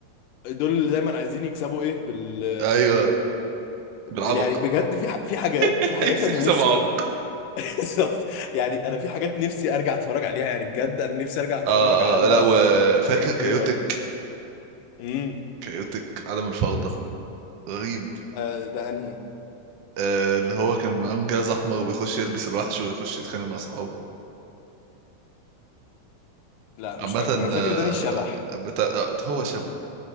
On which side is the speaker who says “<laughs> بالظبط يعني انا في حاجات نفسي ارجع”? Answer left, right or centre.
Left